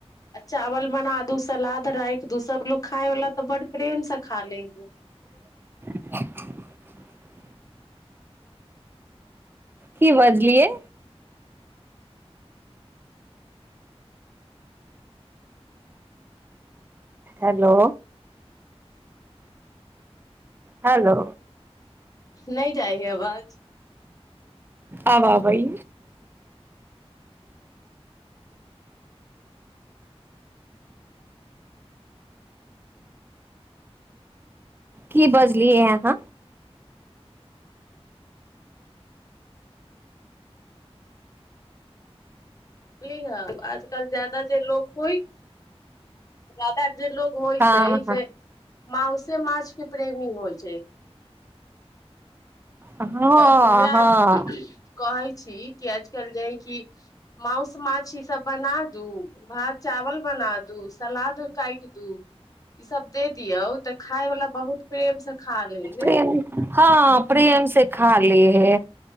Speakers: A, on the left; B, on the right.
A: चावल बना दू सलाद राख दू सब लोग खााय वला तऽ बड प्रेम से खा ले हइ
B: <inaudible> की बजलिए हेलो हेलो
A: नहि जाइ ह आवाज
B: आब आब ओइ की बजलियै अहाँ
A: बलिहँ आजकल ज्याददा जे लोको होइ जादा जे लोग होइ
B: हँ
A: छै से माउसँ माछ के प्रेमी होइ छै
B: हँ हँ
A: तऽ उएह
B: हँ
A: कहै छी कि आजकल जे है कि माउंस मान्छ छी सब बना दू भात चावल बना दू सलाद काट ई सब दे दियऔ तऽ खाय वाल बहुत प्रेम सब खा लय
B: प्रेम
A: हइ
B: हँ प्रेम से खाले हे